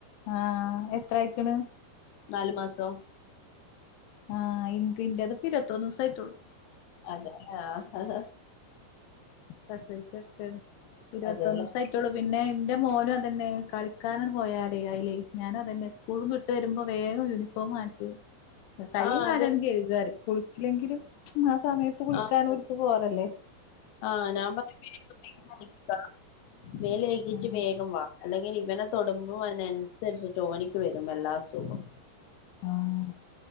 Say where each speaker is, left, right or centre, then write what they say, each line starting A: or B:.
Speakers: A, on the left; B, on the left.
A: ആഹ് എത്രയിക്കണ്
B: നല് മാസം
A: ആഹ് ഇൻക് ഇന്റത് പ്പ ഇരൊ ത്തോന്നുസായിട്ടോള്ളു
B: അതാണ് ആ ഹ
A: പ്രസവിച്ചടുക്കാണ് ഇരുപത്തൊന്ന്സായിട്ടുള്ളൂ
B: അതെല്ലേ
A: പിന്നെ ന്റെ മോനും അതന്നെ കളിക്കാനാട് പോയാലേ അയില്ലേ ഞാനോ അതന്നെ സ്കൂളിൽ നിന്ന് ഇട്ട് വരുമ്പോ വേഗംയൂനി ഫോമ് മാറ്റു കൈയും
B: ആഹ്
A: കാലാണ്ട്
B: അത്
A: കഴുകാറി കുളിച്ചില്ലെങ്കിലും സമയത്ത് കുളിക്കാനോര്ക്ക്
B: ആഹ്
A: ബോധല്ലേ
B: ആഹ് ഞൻ പറ <unintelligible> മേലെയ് കിട്ട്
A: ഉം
B: വേഗം വ ല്ലെ <unintelligible> ഇവനെ തൊടുമ്പും അതിനനുസരിച്ചിട്ട് ഓനിക്ക് വരും എല്ലാ അസുഖം
A: ആഹ്